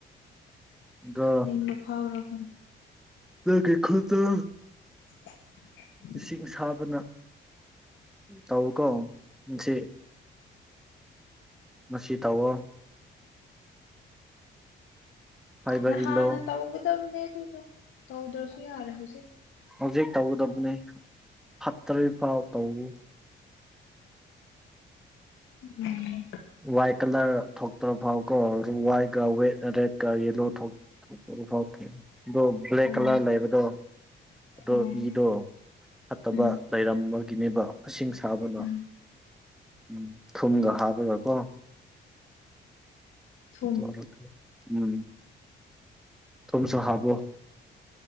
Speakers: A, in the centre; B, on the left.
A: ꯑꯗꯣ
B: ꯀꯞꯅꯤꯡꯕ ꯐꯥꯎꯔꯕꯅ‌ꯦ
A: ꯅ‌ꯣꯏꯒꯤ ꯈꯨꯟꯗ‌ꯣ
B: <unintelligible> <unintelligible> <unintelligible>
A: ꯏꯁꯤꯡ ꯁꯥꯕꯅ ꯇꯧꯋꯤꯀꯣ ꯉꯁꯤ ꯉꯁꯤ ꯇꯧꯑꯣ ꯍꯥꯏꯕ
B: ꯅꯍꯥꯟꯅ
A: ꯏꯜꯂꯣ
B: ꯇꯧꯒꯗꯕꯅꯦ ꯑꯗꯨꯗꯣ ꯇꯧꯗꯔꯁꯨ ꯌꯥꯔꯦ ꯍꯧꯖꯤꯛ
A: ꯍꯧꯖꯤꯛ ꯇꯧꯒꯗꯕꯅꯤ ꯍꯥꯞꯇ꯭ꯔꯤ ꯐꯥꯎ ꯇꯧꯏ
B: ꯎꯝ
A: ꯋꯥꯏꯠ ꯀꯂꯔ ꯊꯣꯛꯇ꯭ꯔꯣ ꯐꯥꯎꯕꯀꯣ ꯋꯥꯏ ꯋ‌ꯦ ꯔꯦꯠ ꯀꯒꯌ‌ꯦꯜꯂꯣ ꯊꯣꯛ ꯊ‌ꯣꯛ ꯐꯥꯎ <unintelligible> ꯑꯗꯣ ꯕ꯭ꯂꯦꯛ
B: ꯑꯣ
A: ꯀꯂꯔ ꯂꯩꯕꯗꯣ ꯑꯗꯣ
B: ꯑꯣ
A: ꯏꯗꯣ ꯐꯠꯇꯕ
B: ꯎꯝ
A: ꯂꯩꯔꯝꯕꯒꯤꯅꯦꯕ ꯏꯁꯤꯡ ꯁꯥꯕꯅ
B: ꯎꯝ
A: ꯎ ꯊꯨꯝꯒ ꯍꯥꯞꯄꯒ ꯀ‌ꯣ
B: ꯊꯨꯝ
A: ꯇꯧꯔꯒ‌ꯦ ꯎꯝ ꯊꯨꯝꯁꯨ ꯍꯥꯞꯕꯣ